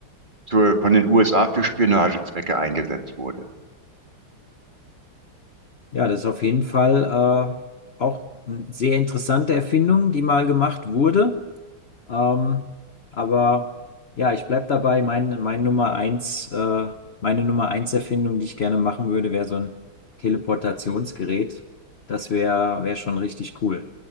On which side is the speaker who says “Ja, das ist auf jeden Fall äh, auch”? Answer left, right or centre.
Left